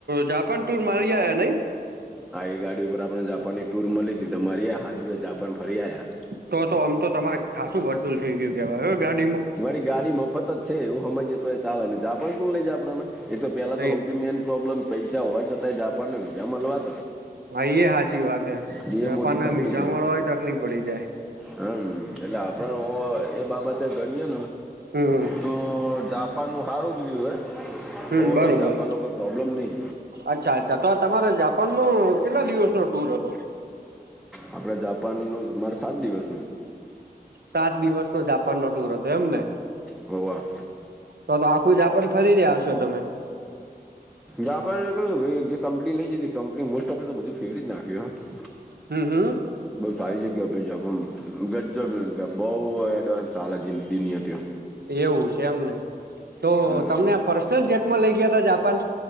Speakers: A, on the right; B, in the centre.
A: જાપાન ટુર કરી આયા નઈ.
B: આ એ ગાડી ઉપર આપણને જાપાન ની ટુર મળી હતી તો ફરી આયા.
A: તો તો આમ તો તમારે ખાસું વસૂલ થઈ ગયું કેવાય ગાડીમાં.
B: મારી ગાડી મફત જ છે એવું સમજીએ તો એ ચાલે ને જાપાન કોણ લઇ જાય આપણને એ તો પેલા
A: હા
B: તો સૌથી મેઈન પ્રોબ્લેમ પૈસા હોવા છતાંય જાપાનના વિઝા મળવા.
A: ભાાઈ એ સાચી વાત
B: એ
A: જાપાનને
B: મોટી તકલીફ
A: વિઝા
B: છે
A: મળવા તકલીફ પડી જાય છે.
B: હમ એટલે આપણને એ બાબતે ઘણી
A: હમ
B: તો જાપાનનું સારું ગયું છે.
A: હમ
B: ઓવર
A: બરોબર
B: ઓલ જાપાનમાં કોઈ પ્રોબ્લેમ નથી.
A: અચ્છા અચ્છા તો આ તમારા જાપાન નો કેટલા દિવસનો ટુર હતો.
B: આપડે જાપાન નું મારે સાત દિવસ
A: સાત દિવસ નો જાપાન નો ટુર હતો એમને
B: હા.
A: તો તો આખું જ આપ પણ ફરી રહ્યા છો તમે.
B: જાપાનની જે કંપની લય ગઈ હતી તેને બધું મોસ્ટ ઓફ ફેરવી જ નાખ્યું છે.
A: હમ હમ
B: બહુ સારી જગ્યાએ મોકલ્યા પણ ગજબ છે બહુ એડવાન્સ ચાલે છે જિંદગી ની અંદર.
A: એવું છે એમને તો
B: હમ
A: તમને પર્સનલ જેટમાં લઇ ગયા હતા જાપાન.